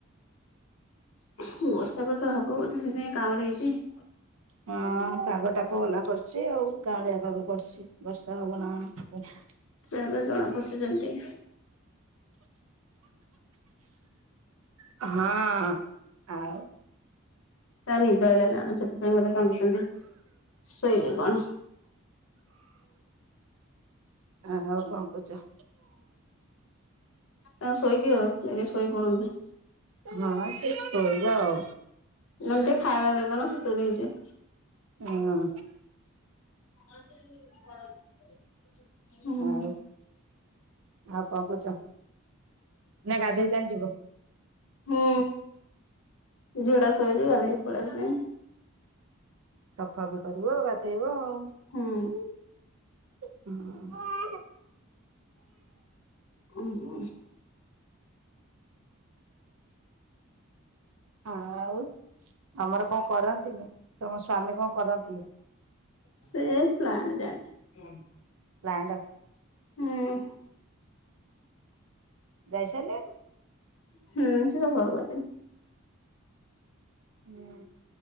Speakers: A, on the left (about 70°); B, on the right (about 85°).
A: ବର୍ଷା ବର୍ଷା ହବ ବୋଧେ ସେଇନାଇ କାଉଁଳି <unintelligible>
B: ହଁ ପାଗଟାକୁ କୋହଳା କରିଚି, ଆଉ କାଉଁଳିଆ ପାଗ କରିଚି, ବର୍ଷା ହବ ନା କଣ?
A: ସେ ଏବେ ଜଣା ପଡୁଛି ସେମିତି।
B: <inaudible> ହଁ। ଆଉ
A: ତାଙ୍କୁ ନିଦ ଆଇଲା ନା କଣ ସେଥିପାଇଁ ସେ କାନ୍ଦୁଛନ୍ତି। ଶୋଇବେ କଣ?
B: ହ ହଉ କଣ କରୁଚ?
A: ତକୁ ଶୋଇଦିଅ ଟିକେ ଶୋଇପଡନ୍ତୁ।
B: ହଁ ସେ ସୋଇବ ଆଉ।
A: ନହେଲେ ଟିକେ ଖାଇବା ଦେଇ ଦୋଉନ ସେ ତୁନି ହେଇଯିବ।
B: ହଁ।
A: <unintelligible> ହୁଁ
B: ଆଉ ଆଉ କଣ କରୁଛ, ନା ଗାଧେଇବା ପାଇଁ ଯିବ?
A: ହୁଁ ଝିଅ ଟା ଶୋଇଚି ଗାେଧଇକି ପଳେଇ ଆସିବି।
B: ସଫା ବି କରିବ, ଗାଧେଇବ ଆଉ।
A: ହୁଁ।
B: ହୁଁ।
A: ଉଁ।
B: ହଁ ଆଉ ଆମର କଣ କରନ୍ତି, ତମ ସ୍ଵାମୀ କଣ କରନ୍ତି?
A: ସେ ପ୍ଲାଣ୍ଟ ଯାଆନ୍ତି।
B: ପ୍ଲାଣ୍ଟ,
A: ହୁଁ
B: ଯାଇସାଇଲେଣି?
A: ହୁଁ ସେ ସକାଳୁ ଗଲେଣି।
B: ହୁଁ